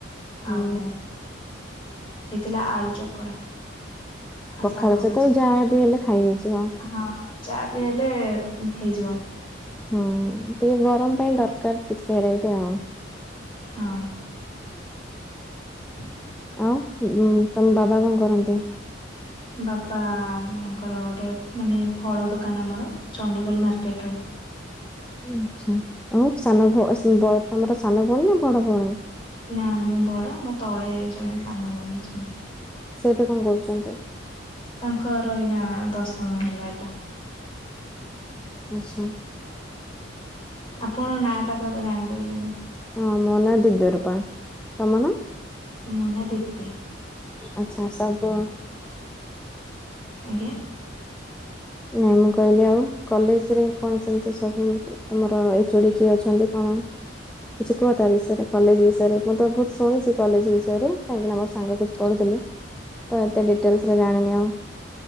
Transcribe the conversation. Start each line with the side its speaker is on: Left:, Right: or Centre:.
Centre: ହୁଁ
Left: ଆଉ ହେଇଥିଲା ଆଳୁ ଚକଡା। ଆଉ
Centre: ପଖାଳ
Left: ଶାଗ
Centre: ସହିତ
Left: ଭଜା
Centre: ଯାହାବି ହେଲେ ଖାଇ ହେଇଯିବ।
Left: ହଁ ଯାହା ବି ହେଲେ ହେଇଯିବ।
Centre: ହୁଁ ଟିକେ ଗରମ ପାଇଁ ଦରକାର କିଛି ଭେରାଇଟି ଆଉ।
Left: ହଁ। ହ
Centre: ଆଉ ତମ ବାବା କଣ କରନ୍ତି?
Left: ବାପାଙ୍କର ଗୋଟେ ମାନେ ଫଳ ଦୋକାନ ଆମର ଚଣ୍ଡୀଖୋଲ ମାର୍କେଟରେ।
Centre: ଆଚ୍ଛା ଆଉ ସାନ ଭ-ସ-ବ-ତମର ସାନ ଭଉଣୀ ନା ବଡ ଭଉଣୀ?
Left: ନା ମୁଁ ବଡ ମୋ ତଳେ ଜଣେ ସାନ ଭଉଣୀ ଅଛନ୍ତି‌‌।
Centre: ସେ ଏବେ କଣ କରୁଚନ୍ତି?
Left: ତାଙ୍କର ଏଇନା ଦଶମ ହେଲା ଏଇଟା।
Centre: ଆଚ୍ଛା।
Left: ଆପଣଙ୍କ ନାଁ ଟା ତ ଏବେ ଜାଣିପାରିଲିନି‌।
Centre: ହଁ ମୋ ନାଁ ଦିବ୍ୟରୂପା। ତମ ନାଁ?
Left: ମୋ ନାଁ ଦୀପ୍ତି।
Centre: ଆଚ୍ଛା ସବୁ
Left: ଆଜ୍ଞା।
Centre: ନାଇଁ ମୁଁ କହିଲି ଆଉ କଲେଜ୍ ରେ କଣ ସେମିତି ସବୁ ହୁଏ? ତମର ଏଚୋଡି କିଏ ଅଛନ୍ତି କଣ? କିଛି କୁହ ତା ବିଷୟରେ କଲେଜ୍ ବିଷୟରେ ମୁଁ ତ ବହୁତ୍ ଶୁଣିଚି କଲେଜ୍ ବିଷୟରେ କାହିଁକି ନା ମୋ ସାଙ୍ଗ କିଛି ପଢୁଥିଲେ ତ ଏତେ ଡିଟେଲ୍ସ୍ ରେ ଜାଣିନି ଆଉ।